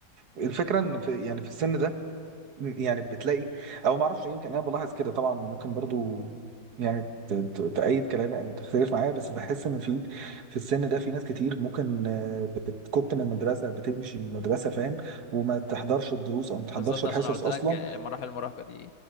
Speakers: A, on the right; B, on the left.
A: ايه الفكره ان في يعني في السن ده يعني بتلاقي او ما اعرفش يمكن انا بلاحظ كده طبعا ممكن برضو يعني ت- ت- تأيد كلامي او تختلف معايا بس بحس ان في في السن ده في ناس كتير ممكن آه، تكت من المدرسه بتمشي من المدرسه فاهم وما تحضرش الدروس او ما
B: بالظبط
A: تحضرش الحصص
B: عشان أنا قلت
A: اصلا
B: لك مراحل المراهقة دي